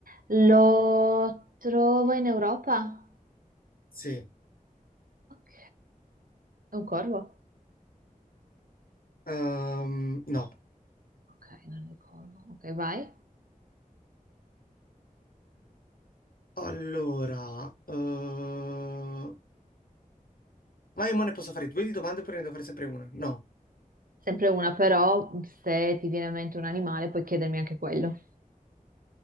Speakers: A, on the right (about 75°); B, on the left (about 85°).
A: Lo trovo in Europa?
B: Sì.
A: Ok, È un corvo?
B: Ehm, no.
A: ok, non ricordo. Ok, vai.
B: Allora... eh, Vai, ma io mo ne posso fare due di domande oppure ne devo fare sempre una? No.
A: Sempre una, però se ti viene in mente un animale puoi chiedermi anche quello.